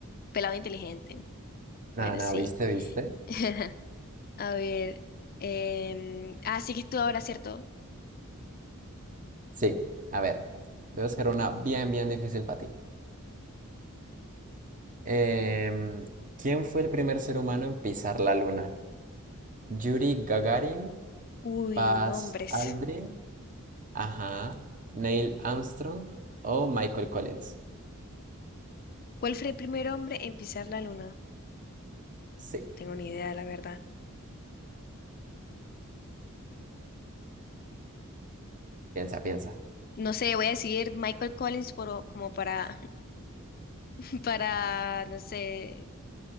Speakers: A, on the left; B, on the right.
A: Pelado inteligente.
B: Nada,
A: Bueno,
B: nada,
A: sí.
B: ¿viste, viste?
A: <laughs> A ver. em, ah, sí que es tú ahora, ¿cierto?
B: Sí, a ver. Voy a buscar una bien, bien difícil para ti. Em, ¿quién fue el primer ser humano en pisar la luna? Yuri Gagarin,
A: Uy,
B: Buzz
A: nombres.
B: Aldrin, ajá, Neil Armstrong o Michael Collins.
A: ¿Cuál fue el primer hombre en pisar la luna?
B: Sí,
A: Tengo ni idea, la verdad.
B: piensa, piensa.
A: No sé, voy a decir Michael Collins por, como para, <laughs> para, no sé,